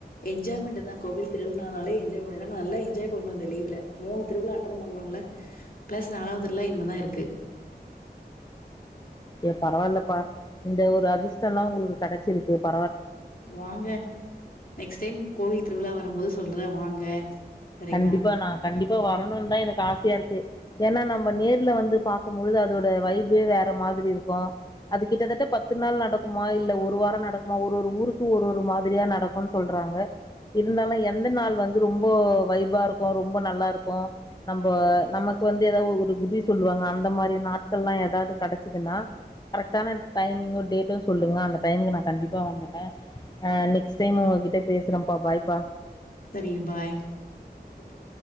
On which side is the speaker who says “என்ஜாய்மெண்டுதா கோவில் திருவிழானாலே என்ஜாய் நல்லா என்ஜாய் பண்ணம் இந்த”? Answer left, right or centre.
Left